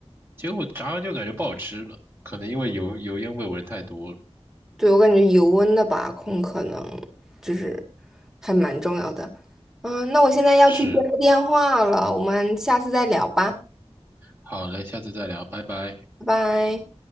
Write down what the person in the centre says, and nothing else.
对，我感觉油温的把控可能就是还蛮重要的。嗯，那我现在要去接个电话了，
我们下次再聊吧，
拜拜。